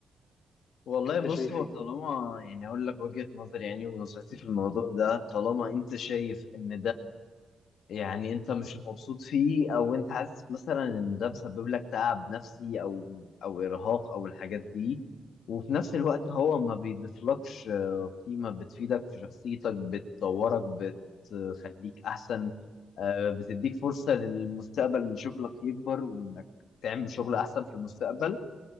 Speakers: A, on the left; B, on the left.
A: والله
B: أنت
A: بص
B: شايف
A: هو
B: إيه؟
A: طالما يعني اقول لك وجهة نظري يعني ونصيحتي في الموضوع ده طالما انت شايف ان يعني انت مش مبسوط فيه او انت حاسس مثلا ان ده مسبب لك تعب نفسي او او ارهاق او الحاجات دي وفي نفس الوقت هو ما بيضيفلكش آه، قيمة بتفيدك في شخصيتك بتطورك بتخليك احسن آه، بتديك فرصة للمستقبل ان شغلك يكبر وانك تعمل شغل احسن في المستقبل